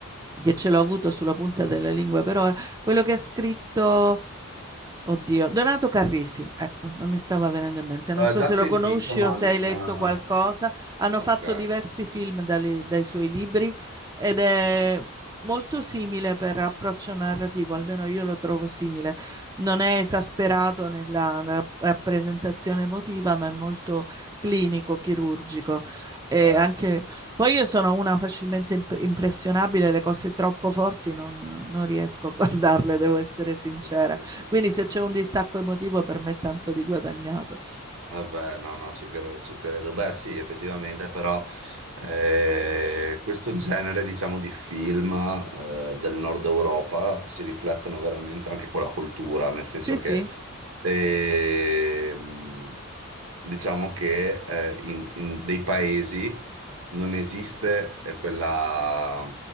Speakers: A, on the right; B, on the right.
A: che ce l'ho avuto sulla punta della lingua per ora, quello che ha scritto, oddio, Donato Carrisi, ecco, non mi stava venendo in mente,
B: Eh,
A: non so
B: già
A: se
B: sentito,
A: lo conosci
B: ma
A: o se
B: non...
A: hai letto qualcosa, hanno
B: Ok,
A: fatto diversi film dai, dai suoi libri ed è molto simile per approccio narrativo, almeno io lo trovo simile, non è esasperato nella, nella rappresentazione emotiva, ma è molto clinico, chirurgico e
B: certo.
A: anche poi io sono una facilmente imp- impressionabile, le cose troppo forti non, non riesco a guardarle,
B: Ah,
A: devo essere
B: sì,
A: sincera.
B: sì, sì, no,
A: Quindi se
B: no.
A: c'è un distacco emotivo per me è tanto di guadagnato.
B: Vabbè, no, no, ci credo, ci credo. Beh, sì, effettivamente, però eh, questo genere, diciamo, di film eh, del nord Europa si riflettono veramente anche con la cultura, nel senso
A: Sì, sì.
B: che ehm, diciamo che eh, in, in dei paesi non esiste eh, quella,